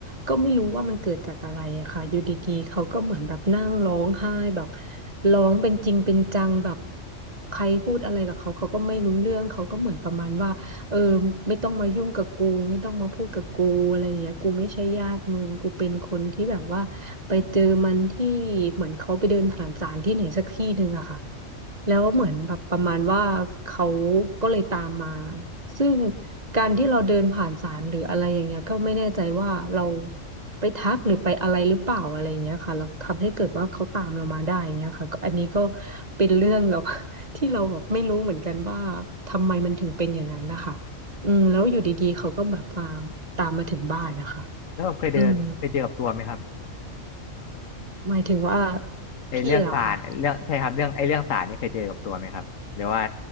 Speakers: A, on the right (about 35°); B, on the left (about 75°).
A: ก็ไม่รู้ว่ามันเกิดจากอะไรอะค่ะอยู่ดีๆเขาก็เหมือนแบบนั่งร้องไห้แบบร้องเป็นจริงเป็นจังแบบใครพูดอะไรกับเขาเขาก็ไม่รู้เรื่องเขาก็เหมือนประมาณว่าเออไม่ต้องมายุ่งกับกูไม่ต้องมาพูดกับกูอะไรอย่างเงี้ยกูไม่ใช่ญาติมึงกูเป็นคนที่แบบว่า ไปเจอมันที่เหมือนเขาไปเดินผ่านศาลที่ไหนสักที่หนึ่งอะค่ะแล้วเหมือนแบบประมาณว่าเขาก็เลยตามมาซึ่งการที่เราเดินผ่านศาลหรืออะไรอย่างเงี้ยก็ไม่แน่ใจว่าเราไปทักหรือไปอะไรหรือเปล่าอะไรอย่างเงี้ยค่ะเราทำให้เกิดว่าเขาตามเรามาได้อย่างเงี้ยค่ะก็อันนี้ก็เป็นเรื่องแบบ <laughs> ที่เราแบบไม่รู้เหมือนกันว่าทำไมมันถึงเป็นอย่างนั้นนะคะอืมแล้วอยู่ดีๆเขาก็แบบมาตามมาถึงบ้านนะคะ
B: แล้วแบบเคยเดินเคยเจอกับตัวไหมครับ
A: อืม หมายถึงว่า
B: ไอเรื่องสารไอ้เรื่องใช่ครับเรื่องไอเรื่องสารนี่เคยเจอกับตัวไหมครับหรือว่า
A: พี่เหรอคะ